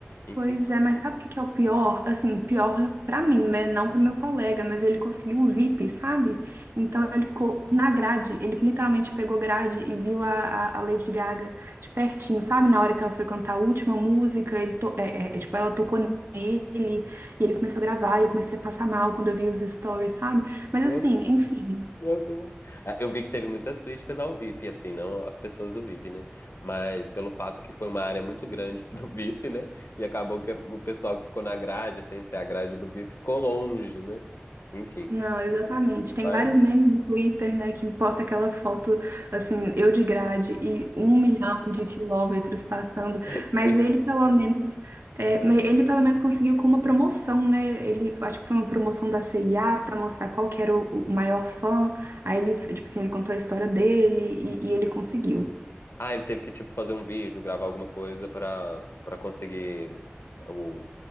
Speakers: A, on the left; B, on the right.
A: Enfim,
B: Pois
A: foi...
B: é, mas sabe o que que é o pior? Assim, pior pra mim, né? Não pro meu colega, mas ele conseguiu o VIP, sabe? Então
A: Nossa.
B: ele ficou na grade, ele literalmente pegou grade e viu a, a, a Lady Gaga de pertinho, sabe? Na hora que ela foi cantar a última música, ele to... é, é, é, tipo, ela tocou nele e ele começou a gravar e eu comecei a passar mal quando eu vi os stories, sabe? Mas
A: Meu
B: assim, enfim,
A: Meu Deus. Ah, Eu vi que teve muitas críticas ao VIP, assim, não às pessoas do VIP, né? Mas pelo fato que foi uma área muito grande <laughs> do VIP, né? E acabou que o pessoal que ficou na grade, sem ser a grade do VIP, ficou longe, né? Enfim,
B: Não, exatamente. Tem
A: mas
B: vários memes no Twitter, né, que posta aquela foto, assim, eu de grade e um milhão de quilômetros passando.
A: <laughs> sim.
B: Mas ele, pelo menos, é, me- ele pelo menos conseguiu com uma promoção, né? Ele, acho que foi uma promoção da CIA para mostrar qual que era o, o maior fã. Aí ele, tipo assim, ele contou a história dele e, e ele conseguiu.
A: Ah, ele teve que, tipo, fazer um vídeo, gravar alguma coisa pra, pra conseguir o,